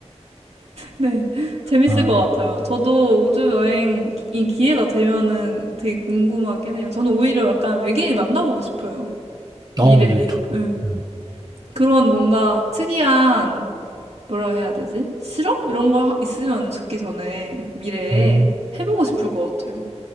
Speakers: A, on the right; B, on the right.
A: 네, <laughs> 재밌을
B: 아,
A: 것 같아요. 저도 우주 여행이 기회가 되면은 되게 궁금하긴 해요. 저는 오히려 약간 외계인 만나보고 싶어요. 미래에.
B: 아, 네, 저도.
A: 응.
B: 음,
A: 그런 뭔가 특이한, 뭐라 해야 되지? 실험? 이런 거 하- 있으면 죽기 전에 미래에
B: 음,
A: 해보고 싶을 것 같아요.